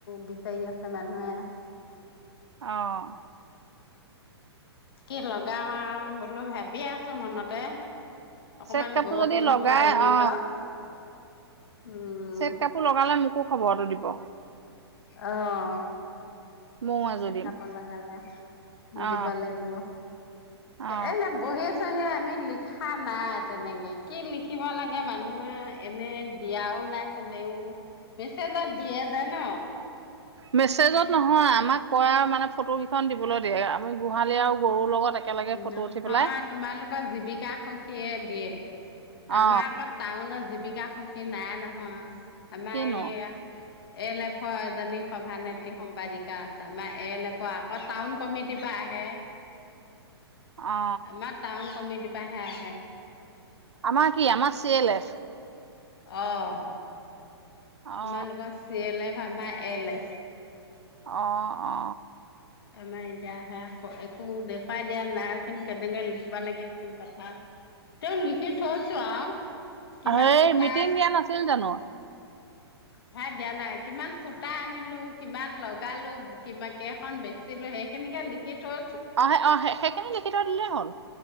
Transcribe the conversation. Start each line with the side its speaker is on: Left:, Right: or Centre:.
Left: বিচাৰি আছে মানুহে।
Right: অহ।
Left: কি লগাওঁ আৰু বোলো ভাত ভাবি আছো মনতে। অকমান
Right: চেট কাপোৰ
Left: বৰষুণটো
Right: যদি লগাই
Left: কমি
Right: অ'।
Left: লওক উম
Right: চেট কাপোৰ লগালা মোকো খবৰটো দিব।
Left: অহ।
Right: ময়ো এযোৰ
Left: ছেট
Right: দিম
Left: কাব লগালে দিব
Right: অ
Left: লাগিব
Right: অ
Left: এই যে বহিয় চহিয়ে আমি লিখা নাই তেনেকে কি লিখিব লাগে মানুহে এনে দিয়াও নাই কোনেও মেছেজত দিয়ে যে ন'।
Right: মেছেজত নহয় আমাক কয়ে মানে ফটো কেইখন দিবলৈ দিয়ে আমি গোহালি আৰু গৰুৰ লগত একেলগে ফটো
Left: নহয়,
Right: উঠি পেলাই
Left: তোমালোকৰ জীৱিকা সখীয়ে দিয়ে, আমাৰ
Right: অ
Left: আকৌ টাউনত জী বিকা সখী নাই নহয়। আমা
Right: কিনো
Left: ইয়া এ এল এফৰ এজনী সভানেত্ৰী সম্পাদিকা আছে আমাৰ এ এল এফৰ আকৌ টাউন কমিটিৰ পৰা আহে।
Right: অ
Left: আমাৰ টাউন কমিটি পা হে আহে।
Right: আমাৰ কি? আমাৰ চি এল এচ
Left: অহ। তোমালোকৰ
Right: অ
Left: চিয়ে এল এফ ফামা এল এ
Right: অ', অ'।
Left: আমাৰ এতিয়া সেয়া একো দেখুৱাই দিয়া নাইচোন কেনেকে লিখিবা লাগে কি কথা তেওঁ লিখি থৈছো আৰু। কিমান
Right: সেই
Left: সূতা
Right: মিটিং দিয়া নাছিল জানো?
Left: হা দিয়া নাই কিমান সুতা আনিলো, কিমান লগালো কি কেইখন বেচিলো সেইখিনিকে লিখি থৈ
Right: অহ অহে সেইখিনি লিখি থৈদিলেই হ'ল।